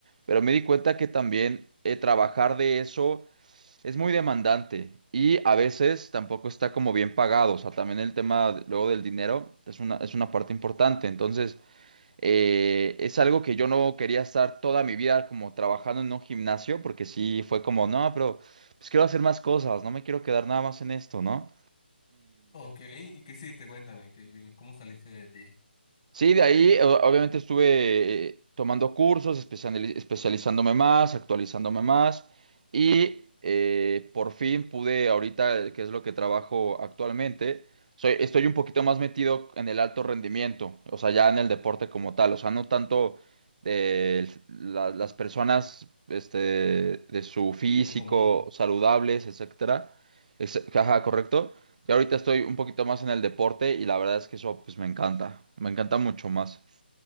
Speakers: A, on the right; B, on the left.
A: pero me di cuenta que también eh, trabajar de eso es muy demandante y a veces tampoco está como bien pagado, o sea, también el tema de- luego del dinero es una, es una parte importante, entonces eh, es algo que yo no quería estar toda mi vida como trabajando en un gimnasio, porque sí fue como, no, pero pues quiero hacer más cosas, no me quiero quedar nada más en esto, ¿no?
B: Ok, ¿y qué hiciste? Cuéntame, ¿qué, qué- cómo saliste de, de-
A: Sí, de ahí o- obviamente estuve eh, tomando cursos, especiali- especializándome más, actualizándome más y eh, por fin pude ahorita, eh, que es lo que trabajo actualmente, soy, estoy un poquito más metido en el alto rendimiento, o sea, ya en el deporte como tal, o sea, no tanto de la- las personas este, de su físico
B: del común?
A: saludables, etcétera. Es- ajá, correcto. Yo ahorita estoy un poquito más en el deporte y la verdad es que eso pues me encanta, me encanta mucho más.